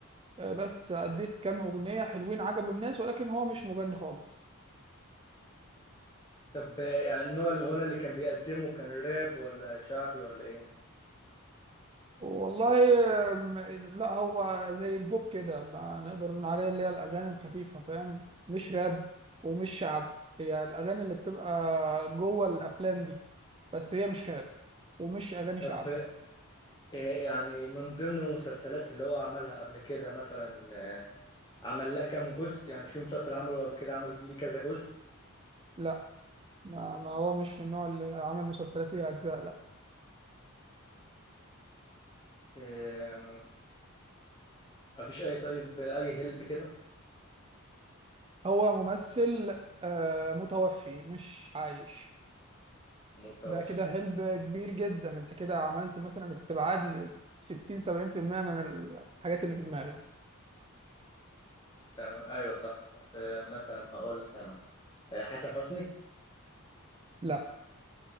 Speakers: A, on the right; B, on the left.
A: آه، بس أديت كام أغنية حلوين عجبوا الناس ولكن هو مش مغني خالص
B: طب يعني نوع الغنى اللي كان بيقدمه كان راب ولا شعبي ولا ايه
A: والله آم، لا هو زي البوب كده ما نقدر نقول عليه اللي هي الأغاني الخفيفة فاهم مش راب ومش شعب هي الأغاني اللي بتبقى جوه الأفلام دي بس هي مش راب ومش أغاني
B: طب
A: شعب
B: آه يعني من ضمن المسلسلات اللي هو عملها قبل كده مثلا آه، عمل لها كام جزء يعني في مسلسل عمله قبل كده عمل ليه كذا جزء
A: لا ما ما هو مش من النوع اللي عمل مسلسلات ليها أجزاء لا
B: آه مفيش اي طيب اي هلب كده
A: هو ممثل آه، متوفي مش عايش
B: متوفي
A: ده كده هلب كبير جدا انت كده عملت مثلا استبعاد ل 60 70% من الحاجات اللي في دماغي
B: تمام ايوه صح آه، مثلا هقول لك انا آه، حسن حسني
A: لا